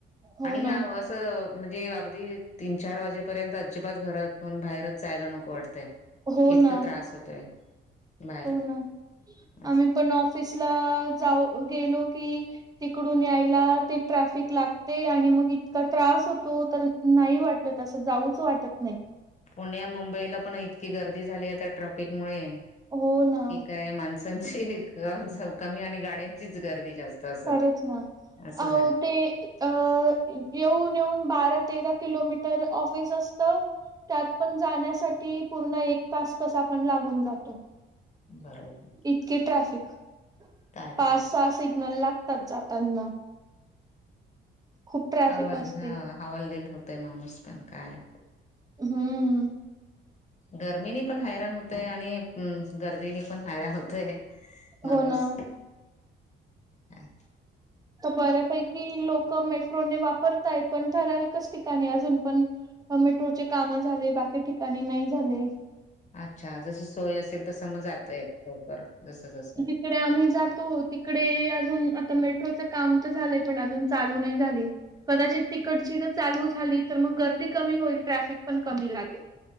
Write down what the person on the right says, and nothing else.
हो
ना
हो
ना
हो ना
आम्ही पण ऑफिसला जाऊ गेलो की तिकडून यायला ते ट्रॅफिक लागते आणि मग इतका त्रास होतो तर नाही वाटत असं जाऊच वाटत नाही.
हो ना
खरंच ना
अ ते अ येऊन येऊन बारा तेरा किलोमीटर ऑफिस असत त्यात पण जाण्यासाठी पूर्ण एक तास कसा पण लागून जातो.
इतके ट्रॅफिक
पाच
सहा सिग्नल लागतात जाताना. खूप ट्रॅफिक
असते
हम्म
हो ना
तर बऱ्यापैकी लोक मेट्रोने वापरतायत पण ठराविकच ठिकाणी अजून पण मेट्रोचे काम झाले बाकी ठिकाणी नाही झाले.
तिकडे आम्ही जातो तिकडे अजून आता मेट्रोच काम तर झालंय पण अजून चालू नाही झाली. कदाचित तिकटची तर चालू झाली तर मग गर्दी कमी होईल ट्रॅफिक पण कमी लागेल.